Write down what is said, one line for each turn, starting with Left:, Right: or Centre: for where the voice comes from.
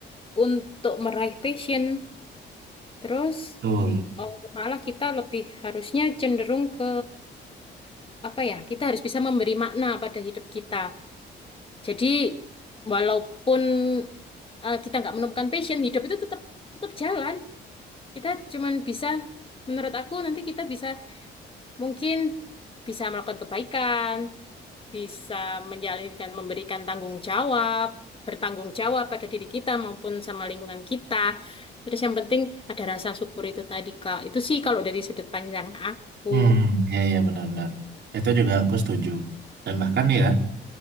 Left: untuk meraih passion. Terus
Right: Betul.
Left: oh, malah kita lebih harusnya cenderung ke apa ya? Kita harus bisa memberi makna pada hidup kita. Jadi walaupun eh, kita nggak menemukan passion, hidup itu tetap tetap jalan. Kita cuman bisa, menurut aku nanti kita bisa mungkin bisa melakukan kebaikan, bisa menjalankan, memberikan tanggung jawab, bertanggung jawab pada diri kita maupun sama lingkungan kita. Terus yang penting ada rasa syukur itu tadi, Kak. Itu sih kalau dari sudut pandang aku.
Right: Hmm, ya ya benar-benar. Itu juga aku setuju. Dan bahkan ya,